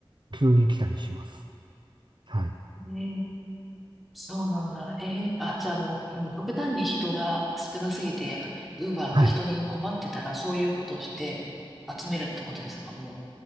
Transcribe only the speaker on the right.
急に来たりします。はい。
はい。